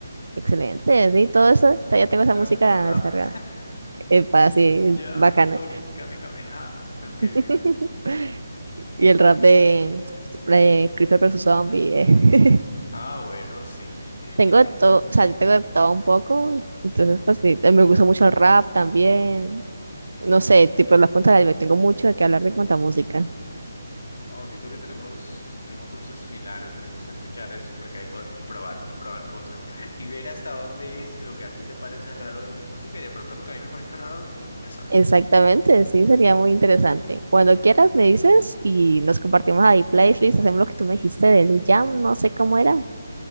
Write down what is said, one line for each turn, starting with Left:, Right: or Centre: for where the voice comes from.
Right: excelente, sí, todo eso, todavía tengo esa
Left: Dragon
Right: música
Left: Ball Rap.
Right: descargada,
Left: <laughs>
Right: eh, para así,
Left: Ya,
Right: bacana.
Left: perdonen, Kame Kameha. Ok,
Right: <laughs>
Left: sí.
Right: Y el rap de, de Creeper versus Zombie, eh.
Left: Ah, bueno, sí,
Right: <laughs>
Left: sí,
Right: Tengo
Left: claro.
Right: de todo, o sea, yo tengo de todo un poco, entonces pues sí, me gusta mucho el rap también no sé, tipo las puntas del iceberg. Tengo mucho de qué hablar de cuánta música.
Left: No, siento que tenemos, tenemos gustos similares. Me gusta escuchar eso porque ahí podemos probar, probar cosas <laughs> y ver hasta dónde es lo que a ti te parece raro de mi música y de pronto lo que a mí me parece raro de tu música, ¿sabes?
Right: Exactamente, sí, sería muy interesante. Cuando
Left: Yo
Right: quieras me dices y nos compartimos ahí playlist, hacemos lo que tú me dijiste del jam, no sé cómo era.